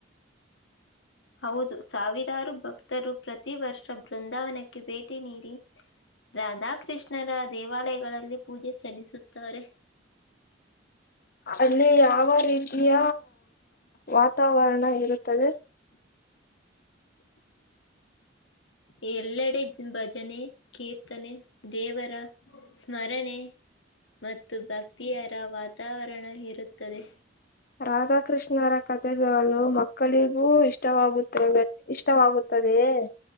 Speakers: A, on the left (about 70°); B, on the left (about 50°).
A: ಹೌದು ಸಾವಿರಾರು ಭಕ್ತರು ಪ್ರತಿ ವರ್ಷ ಬೃಂದಾವನಕ್ಕೆ ಭೇಟಿ ನೀಡಿ ರಾಧಾಕೃಷ್ಣರ ದೇವಾಲಯಗಳಲ್ಲಿ ಪೂಜೆ ಸಲ್ಲಿಸುತ್ತಾರೆ <inaudible>
B: ಅಲ್ಲಿ ಯಾವ ರೀತಿಯ ವಾತಾವರಣ ಇರುತ್ತದೆ
A: <inaudible> ಎಲ್ಲೆಡೆ ಭಜನೆ ಕೀರ್ತನೆ ದೇವರ ಸ್ಮರಣೆ ಮತ್ತು ಭಕ್ತಿಯರ ವಾತಾವರಣ ಇರುತ್ತದೆ
B: ರಾಧಾಕೃಷ್ಣರ ಕಥೆಗಳು ಮಕ್ಕಳಿಗೂ ಇಷ್ಟವಾಗುತ್ತವೆ ಇಷ್ಟವಾಗುತ್ತವೆ ದೇ